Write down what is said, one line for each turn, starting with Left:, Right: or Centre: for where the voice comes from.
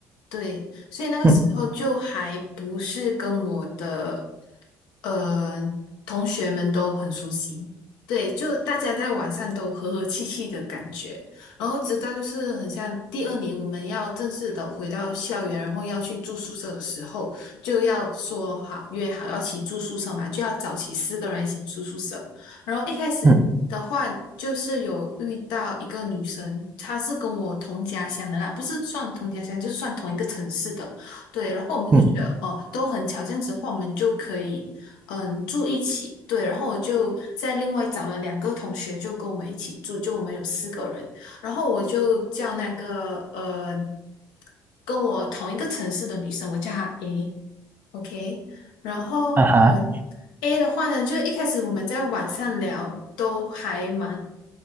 Left: 对，所以那个时候就还不是跟我的
Right: 嗯
Left: 呃同学们都很熟悉，对，就大家在晚上都和和气气的感觉，然后直到就是很像第二年我们要正式的回到校园，然后要去住宿舍的时候，就要说好约好要一起住宿舍嘛，就要找齐四个人一起住宿舍，然后一开始的话，
Right: 嗯
Left: 就是有遇到一个女生，她是跟我同家乡的啦，不是算同家乡，就是算同一个城市的。对，然后我们就觉得哦，
Right: 嗯，
Left: 都很巧，这样子的话，我们就可以嗯住一起。对，然后我就在另外找了两个同学，就跟我们一起住，就我们有四个人。然后我就叫那个呃跟我同一个城市的女生，我叫她 A。OK，然后我们
Right: 啊哈，
Left: A 的话呢，就一开始我们在网上聊都还蛮